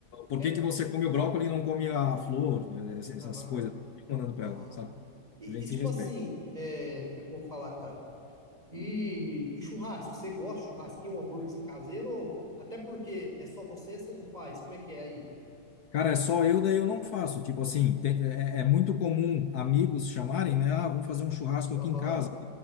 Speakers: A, on the left; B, on the right.
A: Por
B: É,
A: que que você
B: é,
A: come o brócolis e não come a flor, É, essas
B: aham,
A: coisas? Eu não fico mandando para
B: aham.
A: ela, sabe?
B: E,
A: A gente
B: e, tipo
A: se respeita.
B: assim, é, como é que eu vou falar, cara? E, e churrasco, você gosta de churrasquinho, um hambúrguer caseiro? Ou até porque é só você, você não faz? Como é que é aí?
A: Cara, é só eu, daí eu não faço. Tipo assim, tem- é, é é muito comum amigos chamarem, né? Ah, vamos fazer um churrasco
B: Aham,
A: aqui em casa.